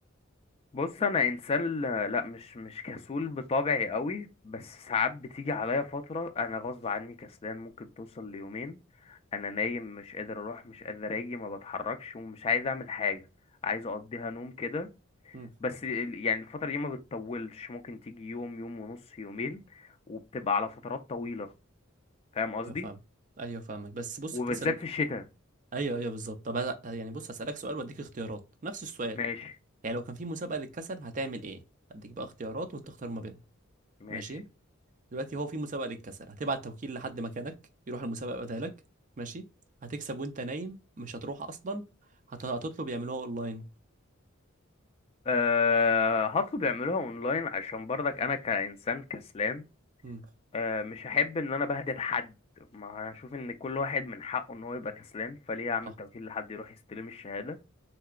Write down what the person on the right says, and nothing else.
مم.
ايوه فاهم ايوه فاهمك بس بص
الكسل
ايوه ايوه بالظبط طب هلا- يعني بص هسألك سؤال واديك اختيارات نفس السؤال
يعني لو كان في مسابقة للكسل هتعمل ايه اديك بقى اختيارات وانت تختار ما بينهم
ماشي دلوقتي هو في مسابقة للكسل هتبعت توكيل لحد مكانك يروح المسابقة بدالك ماشي هتكسب وانت نايم مش هتروح اصلا هت... هتطلب يعملوها اونلاين
مم.
صح.